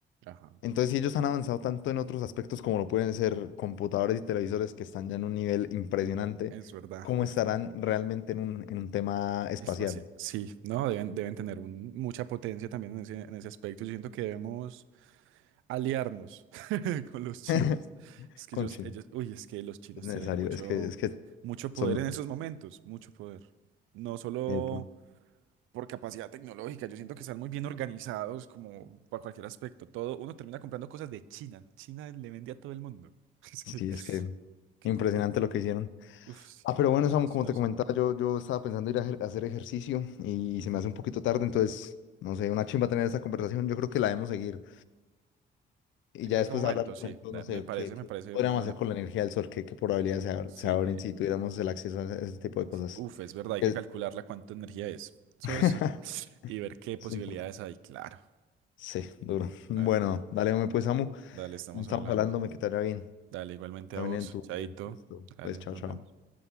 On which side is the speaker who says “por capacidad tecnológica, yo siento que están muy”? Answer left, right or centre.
Right